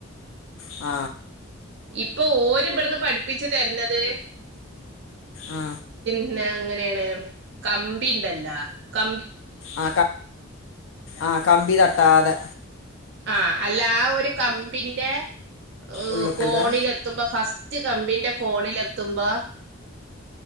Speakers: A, on the left (about 70°); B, on the right (about 60°).
A: ആ
B: ഇപ്പൊ ഓര്ബട്ന്ന് പഠിപ്പിച്ച് തര്നത്
A: ആ
B: പിന്നെ അങ്ങനെണ് കമ്പിണ്ടല്ല ക
A: ആ ആ കമ്പി തട്ടാതെ
B: ആ അ ല്ലാ ഒര് കമ്പിന്റെ അ്
A: ഉള്ളിൽ
B: ഫോണില്
A: കൂടെ
B: എത്തുമ്പം ഫസ്റ്റ് കാ മ്പിന്റെ കോണില് എത്തുമ്പോ